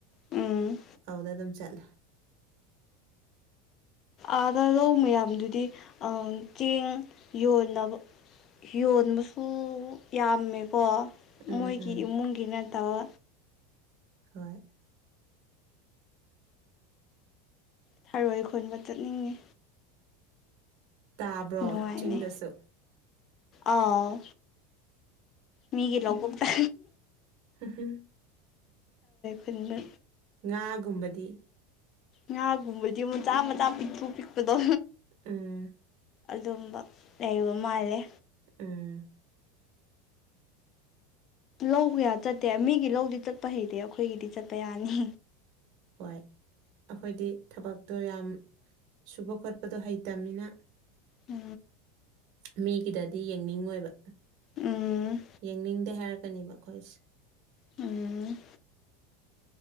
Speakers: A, on the left; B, on the right.
A: ꯎꯝ
B: ꯑꯗꯨꯗ ꯑꯗꯨꯝ ꯆꯠꯂꯦ
A: ꯑꯥꯗ ꯂꯧ ꯃꯌꯥꯝꯗꯨꯗꯤ ꯆꯦꯡ ꯌꯣꯟꯅꯕ ꯌꯣꯟꯕꯁꯨ ꯌꯥꯝꯃꯦꯀꯣ
B: ꯎꯝ
A: ꯃꯣꯏꯒꯤ
B: ꯎꯝ
A: ꯏꯃꯨꯡꯒꯤ ꯅꯠꯇꯕ
B: ꯍꯣꯏ
A: ꯊꯔꯣꯏ ꯈꯣꯟꯕ ꯆꯠꯅꯤꯡꯉꯤ
B: ꯇꯥꯕ꯭ꯔꯣ
A: ꯅꯨꯡꯉꯥꯏꯅꯦ
B: ꯆꯤꯡꯗꯁꯨ
A: ꯑꯥꯎ ꯃꯤꯒꯤ ꯂꯧꯕꯗ
B: ꯍꯝꯝ
A: ꯄꯨꯕ
B: ꯉꯥꯒꯨꯝꯕꯗꯤ
A: ꯉꯥꯒꯨꯝꯕꯗꯤ ꯃꯆꯥ ꯃꯆꯥ ꯄꯤꯊꯣꯛ ꯄꯤꯛꯄꯗꯣ
B: ꯎꯝ
A: ꯑꯗꯨꯝꯕ ꯂꯩꯕ ꯃꯥꯜꯂꯦ
B: ꯎꯝ
A: ꯂꯧ ꯀꯌꯥ ꯆꯠꯇꯦ ꯃꯤꯒꯤ ꯂꯧꯗꯤ ꯆꯠꯄ ꯍꯩꯇꯦ ꯑꯩꯈꯣꯏꯒꯤꯗꯤ ꯆꯠꯄ ꯌꯥꯅꯤ
B: ꯍꯣꯏ ꯑꯩꯈꯣꯏꯗꯤ ꯊꯕꯛꯇꯣ ꯌꯥꯝ ꯁꯨꯕ ꯈꯣꯠꯄꯗꯣ ꯍꯩꯇꯕꯃꯤꯅ
A: ꯑ
B: ꯃꯤꯒꯤꯗꯗꯤ ꯌꯦꯡꯅꯤꯡꯉꯣꯏꯕ
A: ꯎꯝ
B: ꯌꯦꯡꯅꯤꯡꯗꯦ ꯍꯥꯏꯔꯒ ꯀꯅꯤꯕ ꯈꯣꯏꯁ
A: ꯎꯝ